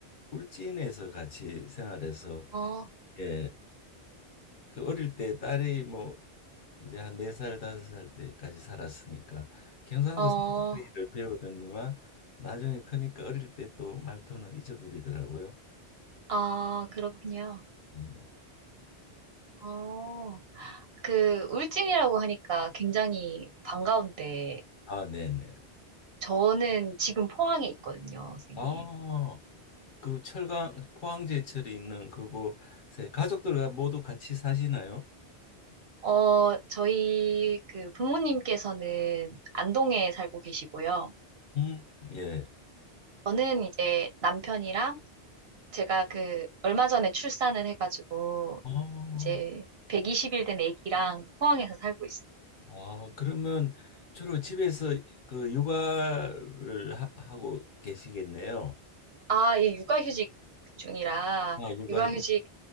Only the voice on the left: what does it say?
울진에서 같이 생활해서
예. 그 어릴 때 딸이 뭐 이제 한 네 살 다섯 살 때까지 살았으니까 경상도
사투리를 배우더니만 나중에 크니까 어릴 때 또 말투는 잊어버리더라고요.
예.
아, 네네.
아, 그 철강 포항제철이 있는 그곳에 가족들과 모두 같이 사시나요?
음, 예.
어,
아, 그러면 주로 집에서 그 육아를 하, 고 계시겠네요.
아, 육아.